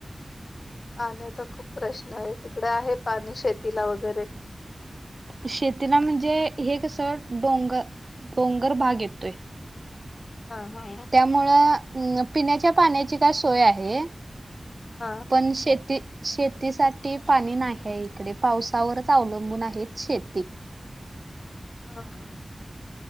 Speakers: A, on the left; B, on the right.
A: पाण्याचा खूप प्रश्न आहे. तिकडे आहे पाणी शेतीला वगैरे.
B: शेतीला म्हणजे, हे कसं डोंगर, डोंगर भाग येतोय.
A: ह ह हा.
B: त्यामुळं, पिण्याच्या पाण्याची काय सोय आहे.
A: हा.
B: पण शेती- शेतीसाठी पाणी नाहीये इकडे. पावसावरच अवलंबून आहेत शेती.
A: हा हा